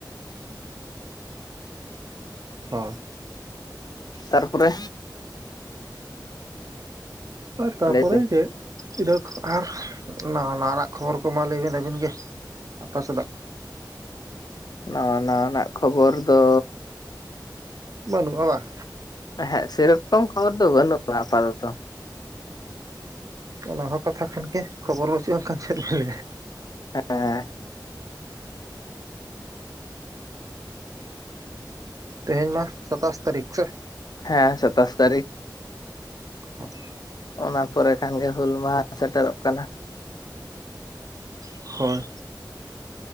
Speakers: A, on the right; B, on the left.
A: ᱦᱳᱭ
B: ᱛᱟᱨᱯᱚᱨᱮ
A: ᱟᱨ ᱛᱟᱯᱚᱨᱮ
B: ᱞᱟᱹᱭ ᱵᱤᱱ
A: ᱪᱮᱫ ᱤᱫ ᱟᱨ ᱱᱟ ᱱᱟᱣᱟᱱᱟᱜ ᱠᱷᱚᱵᱚᱨ ᱠᱚᱢᱟ ᱞᱟᱹᱭ ᱵᱤᱱ ᱟᱹᱵᱤᱱ ᱜᱮ ᱟᱯᱮ ᱥᱮᱱᱟᱜ
B: ᱱᱟᱣᱟ ᱱᱟᱣᱟᱱᱟᱜ ᱠᱷᱚᱵᱚᱨ ᱫᱚ
A: ᱵᱟᱹᱱᱩᱜᱼᱟ ᱵᱟᱝ
B: ᱦᱮᱸ ᱥᱮᱨᱚᱠᱚᱢ ᱠᱷᱚᱵᱚᱨ ᱫᱚ ᱵᱟᱹᱱᱩᱜᱼᱟ ᱟᱯᱟᱛᱚᱛᱚ
A: ᱚᱱᱟ ᱦᱚᱸ ᱠᱟᱛᱷᱟ ᱠᱷᱟᱱᱜᱮ ᱠᱷᱚᱵᱚᱨ ᱵᱟᱹᱪᱩᱜᱼᱟᱱ ᱠᱷᱟᱱ ᱪᱮᱫ ᱵᱮᱱ ᱞᱟᱹᱭᱟ
B: ᱦᱮᱸ
A: ᱛᱮᱦᱮᱧ ᱢᱟ ᱥᱟᱛᱟᱥ ᱛᱟᱨᱤᱠᱷ ᱥᱮ
B: ᱦᱮᱸ ᱥᱟᱛᱟᱥ ᱛᱟᱨᱤᱠᱷ
A: <unintelligible>
B: ᱚᱱᱟ ᱯᱚᱨᱮ ᱠᱷᱟᱱ ᱜᱮ ᱦᱩᱞ ᱢᱟᱦᱟ ᱥᱮᱴᱮᱨᱚᱜ ᱠᱟᱱᱟ
A: ᱦᱚᱭ